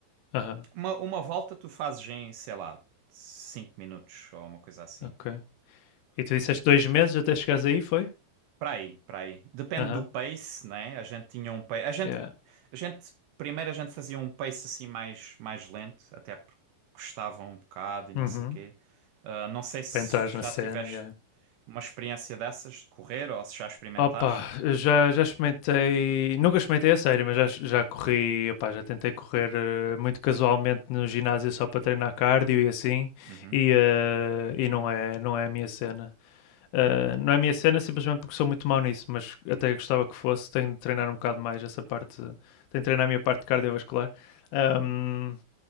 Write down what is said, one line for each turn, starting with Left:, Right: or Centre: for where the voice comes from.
Left: Aham,
Right: Uma, uma volta tu fazes em, sei lá, 5 minutos ou uma coisa assim.
Left: uh-huh. ok. E tu disseste dois meses até chegares aí, foi?
Right: Para aí, para aí. Depende
Left: Aham,
Right: do pace, né? A gente tinha um pace. A gente,
Left: uh-huh. yeah.
Right: a gente, primeiro a gente fazia um pace assim mais, mais lento, até porque custava um bocado e não
Left: Uhum.
Right: sei o quê. Ah, não sei se
Left: Para entrares na
Right: já
Left: cena,
Right: tiveste
Left: yeah.
Right: uma experiência dessas de correr ou se já experimentaste.
Left: Opa, eu já, já experimentei, nunca experimentei a sério, mas já, já corri, opá, já tentei correr eh, muito casualmente no ginásio só para treinar cardio e assim,
Right: Uhum.
Left: e, eh, e não é, não é a minha cena. Uh, não é a minha cena simplesmente porque sou muito mau nisso, mas até gostava que fosse. Tenho de treinar um bocado mais essa parte, tenho de treinar a minha parte cardiovascular. Um,